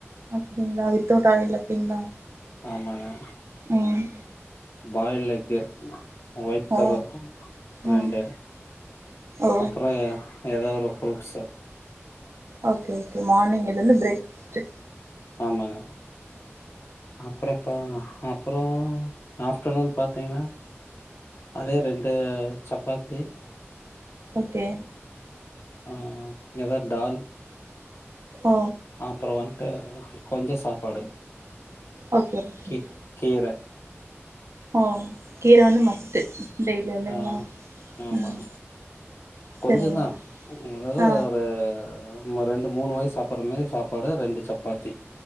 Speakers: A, on the right; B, on the left.
A: அப்டிங்ளா வித்தவ்ட் ஆயில் அப்டிங்ளா
B: ஆமாங்க
A: ம்
B: பாயில் எக்கு அ ஒயிட் கரு
A: ஓ
B: ரெண்டு
A: ம் ஓ
B: அப்றோ எ எதா ஒரு ஃப்ரூட்ஸு
A: ஓகே ஓகே மார்னிங் இது வந்து பிரேக் ஃபஸ்ட்டு
B: ஆமாங்க அப்றோ எப்ப அப் ப்றோ ஆஃப்டர்நூன் பாத்திங்கனா அதே ரெண்டு சப்பாத்தி
A: ஓகே
B: ஆ ஆ எதாது தால்
A: ஆ
B: அப்றோ வந்ட்டு கொஞ்ச சாப்பாடு
A: ஓகே ஓகேங்க
B: கீ கீர
A: ஓ கீர வந்து மஸ்ட்டு டெய்லி இல்லைங்களா
B: ஆ ஆமா
A: ம்
B: கொஞ்சந்தா
A: சரிங்க
B: ம் அதாவ்து
A: ஆ
B: ஒரு சும்மா ரெண்டு மூணு வாய் சாப்புட்ற மாரி சாப்பாடு ரெண்டு சப்பாத்தி